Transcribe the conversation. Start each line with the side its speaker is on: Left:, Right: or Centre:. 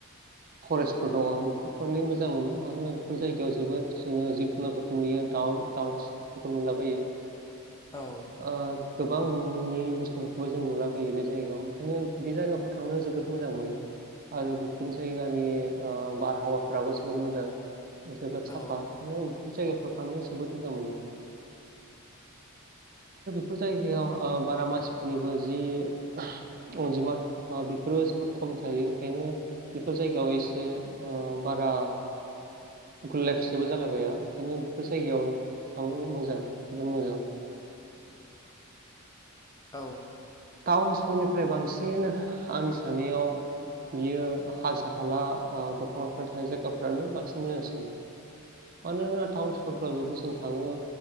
Right: फरेस्टफोर दङ बेफोरखौनो मोजां मोनो मानोोना बेफोर जायगायाव जोबोद जोङो जिब जुनारफोरखौ नुयो दाउ दाउ बेखो नुला बायो
Left: औ
Right: ओ गोबां नुयै बुस्थुफोरखौबो जों नुलाबयो बे जायगायाव ओंखायनो बिदि जायगाफोराव थांनो जोबोद मोजां मोनो आरो बेफोरनि जायगानि बारहावाफोराबो जोबोद मोजां जोबो साफा
Left: औ
Right: खायनो बबे जायगाफोर आनि सदनिज मोन बेफोर जायगायाव बारा मानसिफोरनिबो जि अनजिमा बेफोरो जोबोद खम जायो ओंखायनो बेफोर जायगायाव एसे बारा गुुरलाफुसबो जालाबाया ओंखायनो बेफोर जायगायाव थांनो मोजां जद मोजां
Left: औ
Right: टाउन सहरनिफ्राय बांसिन आंनि सानैाव बियो हाजो हाला दफां लाफां थानाय जायगाफ्रानो बांसिन मोजांसिन मानोना टाउन स्कुलफ्राव जुदि जों थाङो